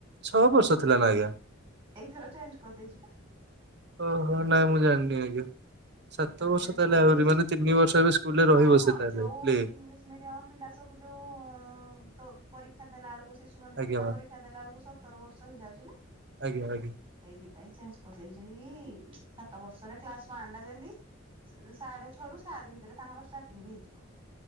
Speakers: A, on the right (about 60°); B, on the right (about 30°).
A: ଛଅ ବର୍ଷ ଥିଲା ନା ଆଜ୍ଞା।
B: ଏଇଥର ଚେଞ୍ଜ କରିଦେଇଛି ପା
A: ଓ ହୋ, ନାଇ ମୁଁ ଜାଣିନି ଆଜ୍ଞା। ସାତ
B: ଏଇଥର
A: ବର୍ଷ
B: ଚେଞ୍ଜ
A: ତାହେଲେ
B: କରିଦେଇଛି।
A: ଆହୁରି ମାନେ ତିନି ବର୍ଷ ଏବେ ସ୍କୁଲରେ
B: ହଁ
A: ରହିବ
B: ହଁ
A: ସେ ତାହେଲେ
B: ଯୋଉ
A: ପ୍ଲେ
B: ଇଂଲିଶ ମିଡିୟମ ପିଲା ସବୁ ଏବେ ଯୋଉ-ଉ-ଉ-ଉ ଦ ପରୀକ୍ଷା ଦେଲା ବେଳକୁ ଶିଶୁ ମନ୍ଦିର
A: ଆଜ୍ଞା
B: ପିଲା
A: ମ୍ୟାମ୍।
B: ପରୀକ୍ଷା ଦେଲା ବେଳକୁ ସତର ବର୍ଷ ହେଇଯାଉଛି ନା।
A: ଆଜ୍ଞା ଆଜ୍ଞା
B: ସେଇଥି କାଇ ଚେଞ୍ଜ କରିଦେଇଛ କି-ଇ-ଇ ସାତ ବର୍ଷରେ କ୍ଲାସ ୱାନଟା ଯେମିତି ସାଢେ ଛଅ ରୁ ସାତ ଭିତରେ ତାଙ୍କର ଷ୍ଟାର୍ଟିଙ୍ଗ ହେଇଯିବ।